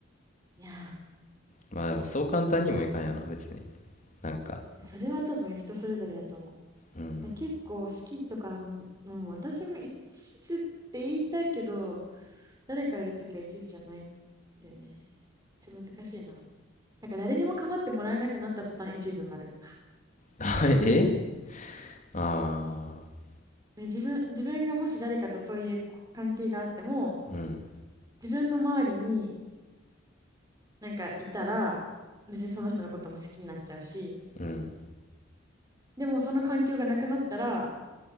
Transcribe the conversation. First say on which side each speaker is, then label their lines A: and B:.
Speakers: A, on the right; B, on the left.
A: いや
B: まあでもそう簡単にもいかんよな別になんか
A: ー、それは多分人それぞれだと思う。
B: うん
A: だ結構好きとか、うん、私も一途って言いたいけど、誰かいるときは一途じゃないんだよね。ちょっと難しいな。だから誰にも構ってもらえなくなった途端一途になる。
B: <laughs> えあ
A: ね、自分、自分がもし誰かとそういう関係があっても、
B: あーうん
A: 自分の周りになんかいたら、別にその人のことも好きになっちゃうし、
B: うん
A: でもその環境がなくなったら、